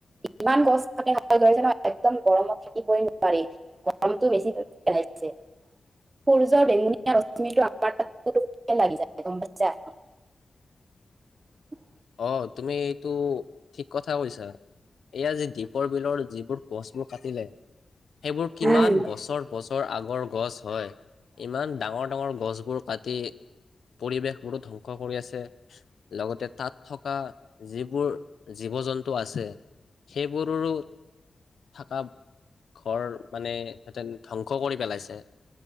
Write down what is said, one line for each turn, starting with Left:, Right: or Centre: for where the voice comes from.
Right: ইমান গছ একদম গৰমত থাকিবই নোৱাৰি গৰমটো বেছি পেলাইছে সূৰ্যৰ বেঙুনীয়া ৰশ্মিটোৰ আমাৰ তাত পুটোকে লাগি যায় গম পইছা। <unintelligible>
Left: অ তুমি এইটো ঠিক কথা কৈছা এইয়া যি আজি দিপ কাকৰ বিলৰ যিবোৰ গছবোৰ কাটিলে সেইবোৰ কিমান
Right: উম,
Left: বছৰ বছৰ আগৰ গছ হয় ইমান ডাঙৰ ডাঙৰ গছবোৰ তাতে পৰিৱেশ বোৰো ধ্বংস কৰি আছে লগতে তাত থকা যিবোৰ জীৱ জন্তু আছে সেই গৰুৰো থকা ঘৰ মানে হেঁতেনে ধ্বংস কৰি পেলাইছে